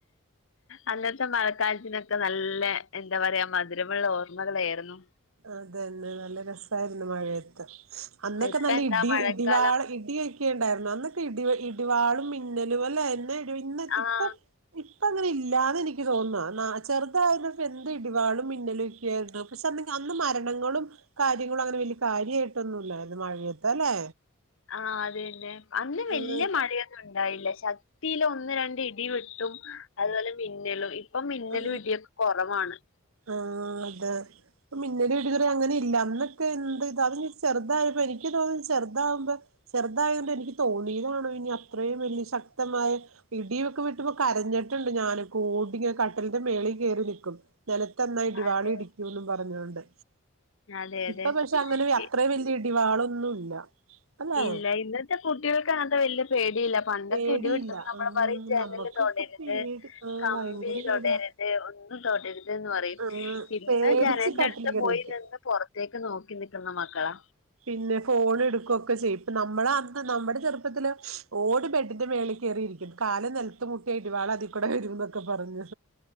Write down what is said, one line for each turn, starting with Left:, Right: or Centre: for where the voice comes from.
Left: അന്നത്തെ മഴക്കാലത്തിനൊക്കെ നല്ല എന്താ പറയാ മധുരമുള്ള ഓർ മ്മകളേരുന്നു
Right: അതന്നെ നല്ല രസായിരുന്നു മഴയത്ത്. അന്നൊക്കെ
Left: ഇപ്പ
Right: നല്ല
Left: എന്താ
Right: ഇടി
Left: മഴക്കാലം
Right: ഇടിവാള ഇടിയ ക്കേണ്ടായിരുന്നു അന്നൊക്കെ ഇടി ഇടിവാളും മിന്നലും അല്ലേ എന്ന ഇടി ഇന്ന
Left: ആഹ്
Right: ഇപ്പ, ഇപ്പ അങ്ങനെല്ലാന്ന് എനിക്ക് തോന്ന ചെറുതായപ്പോ എന്ത് ഇടിവാളും മിന്നലൊക്കായിരുന്നു പക്ഷെ അ അന്ന് മരണങ്ങളും കാര്യങ്ങളും അങ്ങനെ വല്ല്യ കാര്യായിട്ടൊന്നും ല്ലായിരുന്നു മഴയത്ത് അല്ലെ.
Left: ആഹ് അതന്നെ അന്ന് വല്യ
Right: ആഹ്
Left: മഴയൊന്നും ഉണ്ടായില്ല ശക്തില് ഒന്ന് രണ്ട് ഇ ടി വെട്ടും അതുപോലെ മിന്നലും ഇപ്പൊ മിന്നലും
Right: ആഹ്
Left: ഇടിയൊക്കെ കൊറവാണ്.
Right: ആഹ് അതെ ഇപ്പോ മിന്നലും ഇടി <unintelligible> അങ്ങനെ ഇല്ല അന്നൊക്കെ എന്ത് ഇ അത് ചെറുതായപ്പോ എനിക്ക് തോന്നു ചെറുതാവുമ്പോ, ചെറുതായത് കൊണ്ട് എനിക്ക് തോന്നിയതാണോ ഇനി അത്രയും വലിയ ശക്തമായ, ഇടിയൊക്കെ വെട്ടുമ്പോ കരഞ്ഞിട്ടുണ്ട് ഞാനൊക്കെ ഓടി കട്ടലിന്റെ മേളിൽ കേറി നക്കും. നിലത്ത്ന്നാ ഇടി
Left: അതെ
Right: വാള് ഇടിക്കൂന്ന് പറഞ്ഞുകോണ്ട്
Left: അതെ അതെ
Right: ഇപ്പ പക്ഷെ അങ്ങനെ, അ
Left: ഇ-
Right: ത്രേ വല്ല്യ ഇടിവാളൊന്നുല്ല അല്ലെ
Left: ഇല്ല ഇന്നത്തെ കുട്ടികൾക്ക് അങ്ങൻത്തെ വല്ല്യ പേടിയില്ല പണ്ടൊക്കെ
Right: പേടിയില്ല
Left: ഇടിവെട്ടുമ്പോ നമ്മള്
Right: ആഹ്
Left: പറയും ജനല്
Right: നമ്മുക്കൊക്കെ
Left: തൊടരുത്,
Right: പേടി ആഹ്
Left: കമ്പി
Right: ഭയങ്കര പേടിയാ
Left: തൊടരു ത് ഒന്നും തൊടരുത് ന്ന് പറയും
Right: ആഹ്
Left: ഇന്ന്
Right: പേടിച്ച്
Left: ജനൽന്റെ
Right: കട്ടിലിൽ
Left: അടുത്ത്
Right: കേറി
Left: പോയി
Right: ഇരിക്കും
Left: നിന്ന് പൊറത്തേക്ക് നോക്കി നിക്കുന്ന മക്കളാ,
Right: പിന്നെ ഫോൺ എടുക്കൊക്കെ ചെയ്യും ഇപ്പ നമ്മള അന്ന് നമ്മുടെ ചെറുപ്പത്തില് ഓടി ബെഡിന്റെ മേളി കേറിയിരിക്കും. കാല് നെലത്ത്‌ മുട്ട്യ ഇടിവാളതികൂടെ വരുംന്നൊക്കെ പറഞ്ഞു